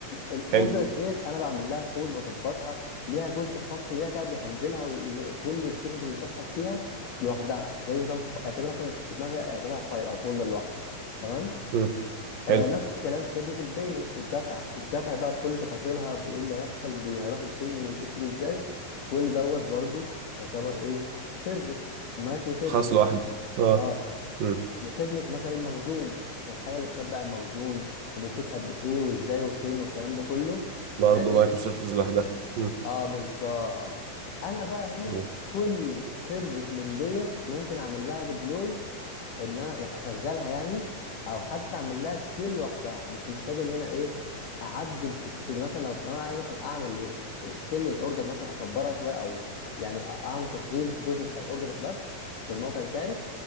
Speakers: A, on the left (about 65°); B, on the right (about 75°).
A: الاوردرز
B: حلو
A: ديت انا بعمل لها كود بظبطها ليها جزء خاص بيها كده بيهندلها وكل القصص اللي بتحصل فيها لوحدها زي نظام ف- اعتبرها مثلا في دماغي اعتبرها فايل او فولدر لوحده تمام
B: مم.
A: آه
B: حلو
A: نفس الكلام خدمه البيمنتس الدفع الدفع بقى بكل تفاصيلها بايه اللي هيحصل ب- هيروح لفين والفلوس تيجي ازاي كل دوت برضو يعتبر ايه سيرفيس مايكرو سيرفيس
B: خاص لوحده اه
A: اه
B: مم.
A: وخدمه مثلا المخزون الحاجه اللي بتتبع المخزون وبتشوف قد ايه وازاي وفين والكلام ده كله
B: برضه
A: ده ايه
B: مايكرو سيرفيس لوحدها مم.
A: اه بالظبط انا بقى هنا
B: مم.
A: كل سيرفيس من ديت ممكن اعمل لها ديبلوي ان انا يعني اشغلها يعني او حتى اعمل لها سكيل لوحدها مش محتاج ان انا ايه اعدل في, في مثلا لو لو انا عايز مثلا اعمل سكيل للاوردر مثلا اكبرها شويه او يعني أ- اعمل تطوير في جزء بتاع الاوردرز بس في الموقع بتاعي